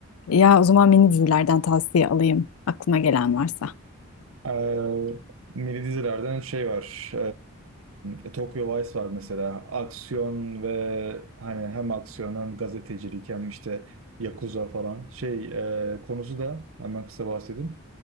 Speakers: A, on the left; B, on the right.
A: Ya o zaman mini dizilerden tavsiye alayım aklıma gelen varsa.
B: Ee, mini dizilerden şey var. Ee, Tokyo Vice var mesela. Aksiyon ve hani hem aksiyon hem gazetecilik hem işte Yakuza falan. Şey e, konusu da hemen kısa bahsedeyim.